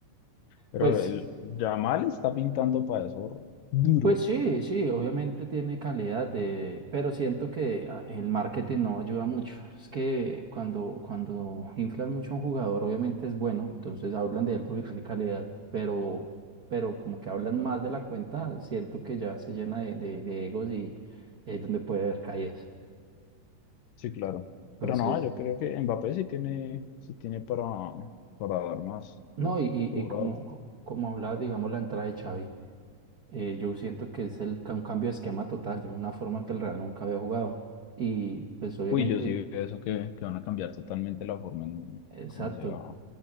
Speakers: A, on the left; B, on the right.
A: pero
B: Pues,
A: el Yamal está pintando para eso duro.
B: pues sí, sí, obviamente tiene calidad, de, pero siento que ah, el marketing no ayuda mucho. Es que cuando, cuando inflan mucho a un jugador, obviamente es bueno, entonces hablan de él porque tiene calidad, pero, pero como que hablan más de la cuenta, siento que ya se llena de, de, de egos y es donde puede haber caídas.
A: Sí, claro.
B: Entonces.
A: Pero no, yo creo que Mbappé sí tiene, sí tiene para, para dar más.
B: No,
A: Uf,
B: y, y-
A: sobrado.
B: y como, como hablaba, digamos, la entrada de Xavi, eh, yo siento que es el, ca- un cambio de esquema total, de una forma que el Real nunca había jugado. Y pues obviamente,
A: Uy, yo sí veo eso que, que van a cambiar totalmente la forma en
B: exacto,
A: cómo se va.